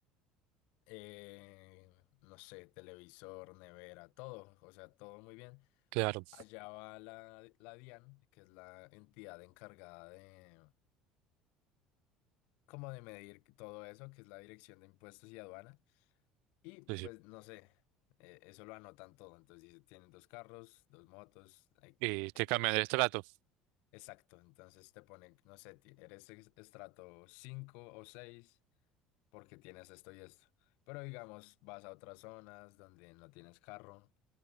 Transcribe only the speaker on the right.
claro.
Sí, sí.
Y
te cambian
el estrato.